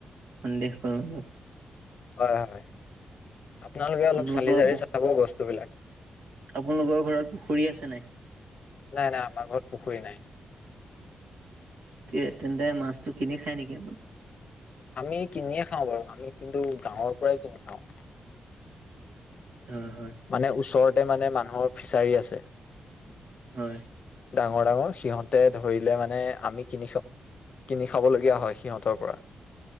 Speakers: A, on the right; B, on the left.
A: সন্দেহ কৰোঁ অলপ।
B: হয় হয়, আপোনালোকে অলপ
A: আপোনালোকৰ
B: চালি জাৰি চাব বস্তু বিলাক।
A: আপোনালোকৰ ঘৰত পুখুৰী আছে নাই?
B: নাই নাই, আমাৰ ঘৰত পুখুৰী নাই।
A: কি তেন্তে মাছটো কিনি খাই নেকি আপুনি?
B: আমি কিনিয়ে খাওঁ বাৰু আমি কিন্তু গাঁৱৰ পৰাই কিনি খাওঁ।
A: হয় হয়।
B: মানে ওচৰতে মানে মানুহৰ ফিচাৰী আছে।
A: হয়।
B: ডাঙৰ ডাঙৰ সিহঁতে ধৰিলে মানে আমি কিনি খাওঁ। কিনি খাব লগগীয়া হয় সিহঁতৰ পৰা